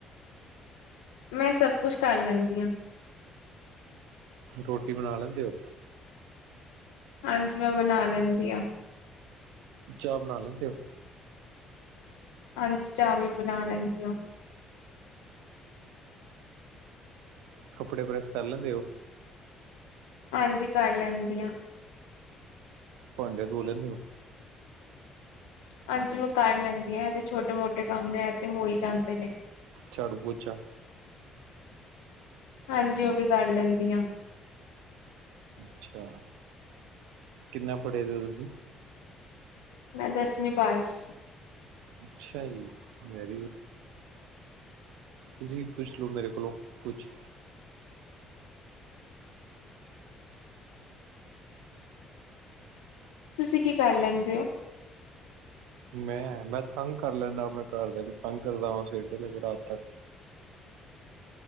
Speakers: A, on the left (about 70°); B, on the right (about 70°).
A: ਮੈਂ ਸਭ ਕੁਛ ਕਰ ਲੈਂਦੀ ਹਾਂ।
B: ਰੋਟੀ ਬਣਾ ਲੈਂਦੇ ਹੋ।
A: ਹਾਂਜੀ ਮੈਂ ਬਣਾ ਲੈਂਦੀ ਹਾਂ।
B: ਚਾਹ ਬਣਾ ਲੈਂਦੇ ਹੋ।
A: ਹਾਂਜੀ, ਚਾਹ ਵੀ ਬਣਾ ਲੈਂਦੀ ਹੈ।
B: ਕੱਪੜੇ ਪ੍ਰੈੱਸ ਕਰ ਲੈਂਦੇ ਹੌ।
A: ਹਾਂਜੀ, ਕਰ ਲੈਂਦੀ ਹ।
B: ਭਾੰਡੇ ਧੋ ਲੈਂਦੇ ਹੋ।
A: ਹਾਂਜੀ, ਮੈਂ ਕਰ ਲੈਂਦੀ ਹਾਂ ਇਹ ਛੋਟੇ-ਮੋਟੇ ਕੰਮ ਨੇ ਇਹ ਤਾ ਹੋ ਹੀ ਜਾਂਦੇ ਨੇ।
B: ਚਾੜੂ ਪੋਚਾ।
A: ਹਾਂਜੀ, ਉਹ ਵੀ ਕਰ ਲੈਂਦੀ ਹਾ।
B: ਅੱਛਾ, ਕਿੰਨੇ ਪੜ੍ਹੇਦੇ ਹੋ ਤੁਸੀਂ?
A: ਮੈਂ ਦਸਵੀਂ ਪਾਸ।
B: ਅੱਛਾ ਜੀ, ਵੈਰੀਗੂਡ। ਤੁਸੀਂ ਪੁੱਛ ਲਓ, ਮੇਰੇ ਕੋਲੋਂ ਕੁਛ।
A: ਤੁਸੀਂ ਕੀ ਕਰ ਲੈਂਦੇ ਹੋ?
B: ਮੈਂ-ਮੈਂ ਤੰਗ ਕਰ ਲੈਦਾ, ਆਪਣੇ ਘਰਦਿਆਂ ਨੂੰ ਤੰਗ ਕਰਦਾ ਵਾ ਸਵੇਰ ਤੋ ਲੈ ਕੇ ਰਾਤ ਤੱਕ।